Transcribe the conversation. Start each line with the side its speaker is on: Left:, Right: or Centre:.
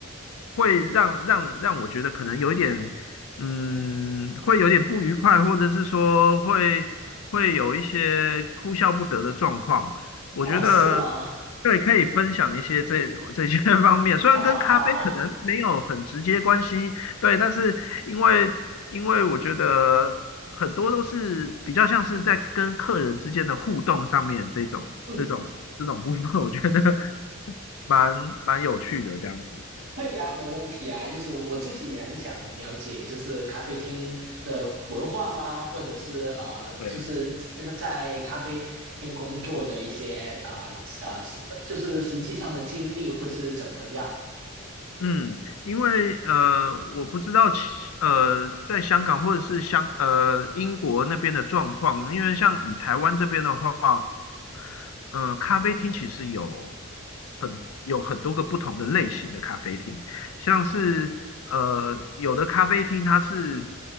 Left: 会让让让我觉得可能有一点，嗯，会有点不愉快，或者是说会会有一些哭笑不得的状况，我觉得。
Right: 哦，是吗？
Left: 对，可以分享一些这这些 <laughs> 方面，虽然跟咖啡可能没有很直接关系，
Right: 好啊，好啊，
Left: 对，但是因为因为我觉得很多都是比较像是在跟客人之间的互动上面这种这种这种部分，
Right: 嗯，
Left: 我觉得 <laughs> 蛮蛮有趣的这样子。
Right: 可以啊，没问题啊。就是我自己也很想了解，就是咖啡厅的文化吗？或者是呃，
Left: 对，
Right: 就是这个在咖啡厅工作的一些呃呃，实就是实际上的经历会是怎么样？
Left: 嗯，因为呃，我不知道其呃，在香港或者是香呃英国那边的状况，因为像以台湾这边的话。呃，咖啡厅其实有很有很多个不同的类型的咖啡厅，像是呃有的咖啡厅它是